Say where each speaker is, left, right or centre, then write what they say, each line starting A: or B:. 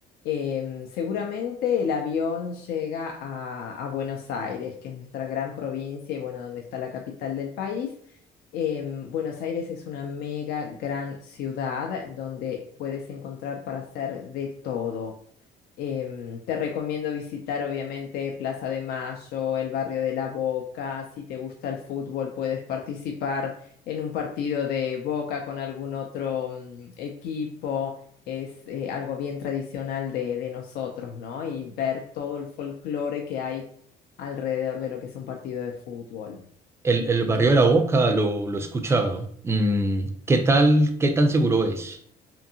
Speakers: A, on the left; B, on the right.
A: Em, seguramente el avión llega a, a Buenos Aires, que es nuestra gran provincia y bueno, donde está la capital del país. Em, Buenos Aires es una mega gran ciudad eh, donde puedes encontrar para hacer de todo. Em, te recomiendo visitar, obviamente, Plaza de Mayo, el barrio de La Boca. Si te gusta el fútbol, puedes participar en un partido de Boca con algún otro mm, equipo. Es eh, algo bien tradicional de, de nosotros, ¿no? Y ver todo el folclore que hay alrededor de lo que es un partido de fútbol.
B: El, el
A: Eh,
B: barrio de la Boca lo, lo he escuchado. Mm, ¿qué tal, qué tan seguro es?